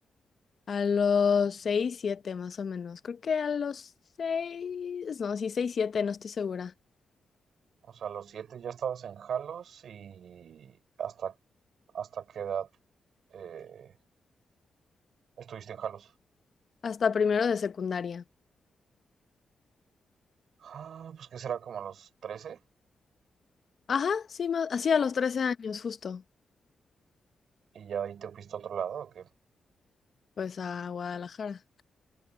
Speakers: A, on the left; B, on the right.
A: A los seis, siete más o menos. Creo que a los seis, no, sí, seis, siete, no estoy segura.
B: O sea, a los siete ya estabas en Jalos y hasta, hasta qué edad eh, estuviste en Jalos?
A: Hasta primero de secundaria.
B: Ah, pues que será como a los 13.
A: Ajá, sí, más, así a los trece años justo.
B: ¿Y ya ahí te fuiste a otro lado o qué?
A: Pues a Guadalajara.